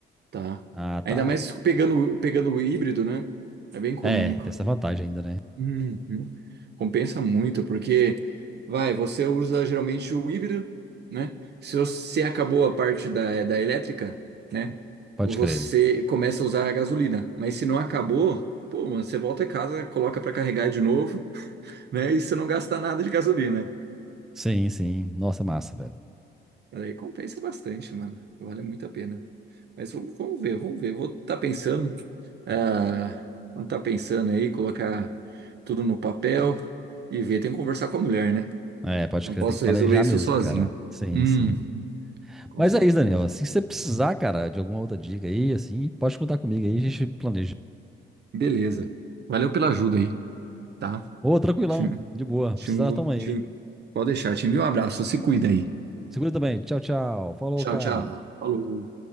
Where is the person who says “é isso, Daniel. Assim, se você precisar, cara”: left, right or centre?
Centre